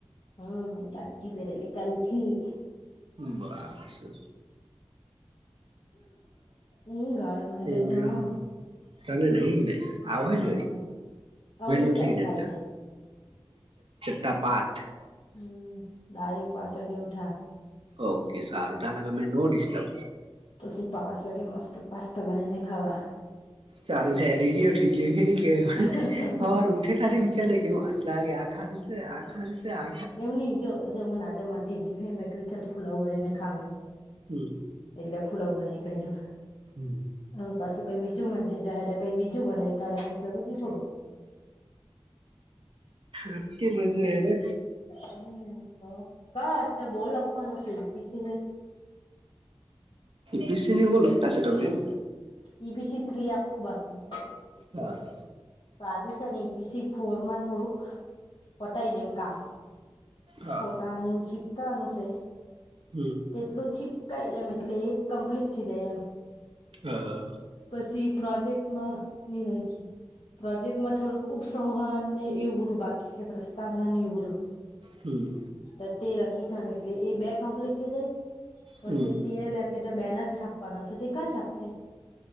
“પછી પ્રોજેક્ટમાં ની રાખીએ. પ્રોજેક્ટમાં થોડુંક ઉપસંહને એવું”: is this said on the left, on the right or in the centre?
Left